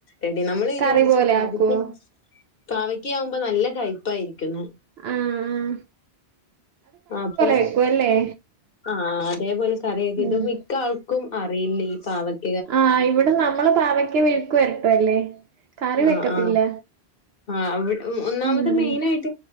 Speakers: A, on the left; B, on the right.
A: എടി നമ്മള് വിചാരിച്ചു
B: കറി പോലെ
A: പാവയ്ക്ക
B: ആക്കുവോ
A: പാവയ്ക്ക ആവുമ്പോ നല്ല കയ്പ്പായിരിക്കു
B: ആഹ് ആഹ്
A: അപ്പൊ
B: വെക്കുവല്ലേ
A: ആഹ് അതേപോലെ കറിയൊക്കത്
B: ഉം
A: മിക്ക ആൾക്കും അറിയില്ല ഈ പാവക്ക
B: ആഹ് ഇവിടെ നമ്മള് പാവക്ക മെഴുക്ക് വരട്ടുവല്ലേ കറി വെക്കത്തില്ല
A: ആഹ് ആഹ് ആ ഒന്നാമത്
B: ഉം
A: മെയിനായിട്ട്